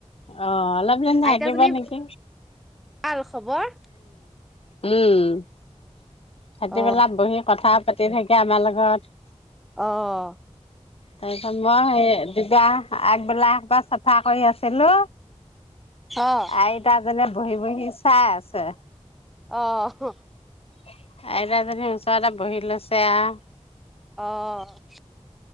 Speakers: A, on the left; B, in the centre.
A: অঁ অলপ দিন থাকিব
B: আইতাজনী
A: নেকি!
B: ভাল খবৰ?
A: উম। সিহঁতে
B: অ
A: বহি পথাৰত পাতি থাকে আমাৰ লগত
B: অঁ
A: তাৰ পিছত মই সেই দিবা আগবেলা বা চাফা কৰি আছো। হেল্লো
B: অ অ
A: আইতাজনিয়ে। বহি বহি চাই আছে।
B: অ', হ'।
A: <unintelligible> ওচৰৰ এটা বহি লৈছে আওঁ
B: অ'।